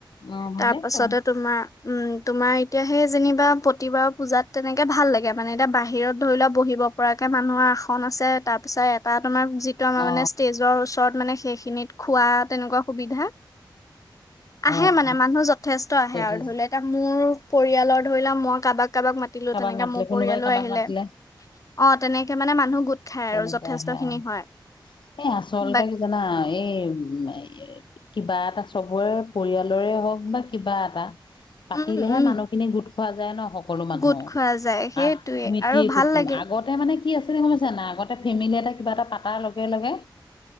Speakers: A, on the left; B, on the left.
A: অ ভালেই
B: তাৰ পাছতে
A: কৰা
B: তোমাৰ উম তোমাৰ এতিয়া সেই যেনিবা প্ৰতিবাৰৰ পূজাত তেনেকে ভাল লাগে মানে। এতিয়া বাহিৰত ধৰি লোৱা বহিব পৰাকে মানুহৰ আসন আছে, তাৰ পিছত এটাত তোমাৰ যিটো আমাৰ
A: অ
B: মানে ষ্টেজৰ ওচৰত মানে সেইখিনিত খোৱা তেনেকুৱা সুবিধা। আহে
A: অ
B: মানে
A: অ
B: মানুহ যথেষ্ট আহে
A: যথেষ্ট
B: আৰু ধৰি লোৱা এতিয়া মোৰ পৰিয়ালৰ ধৰি লওক মই কাৰোবাক। কাৰোবাক মাতিলো
A: কাৰোবাক
B: তেনেকে
A: মাতিলে
B: মোৰ
A: কোনোবাই
B: পৰিয়ালো
A: কাৰোবাক
B: আহিলে
A: মাতিলে
B: অ। তেনেকে মানে মানুহ। খাই
A: তেনেকে
B: আৰু যথেষ্ট
A: আহে
B: খিনি
A: আৰু
B: হয়
A: এই আচলতে
B: বাক
A: কি জানা এই উ। ই কিবা এটা চবৰে পৰিয়ালৰে হওক বা কিবা এটা। পাতিলেহে
B: উম উম
A: মানুহখিনি গোট। পোৱা যায় ন। সকলো মানুহ
B: গোট খোৱা যায় সেইটোৱে
A: আ মিতিৰ
B: আৰু ভাল
A: কুটুম
B: লাগে
A: আগতে মানে। কি আছিলে মানে। ন আগতে ফেমিলি এটা কিবা এটা পাতাৰ লগে লগে